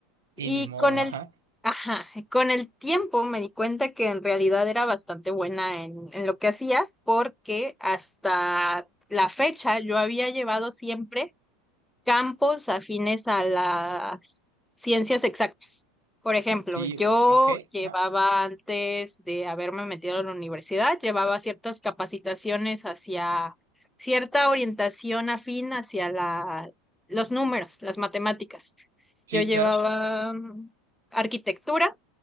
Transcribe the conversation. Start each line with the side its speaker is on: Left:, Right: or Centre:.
Right: Y
Centre: Y
Right: ni modo,
Centre: con el,
Right: ajá.
Centre: ajá, con el tiempo me di cuenta que en realidad era bastante buena en, en lo que hacía porque hasta la fecha yo había llevado siempre campos afines a las ciencias exactas. Por ejemplo,
Right: Sí,
Centre: yo
Right: o- ok,
Centre: llevaba
Right: ajá.
Centre: antes de haberme metido a la universidad, llevaba ciertas capacitaciones hacia cierta orientación afín hacia la, los números, las matemáticas.
Right: Sí,
Centre: Yo llevaba
Right: claro,
Centre: mm, arquitectura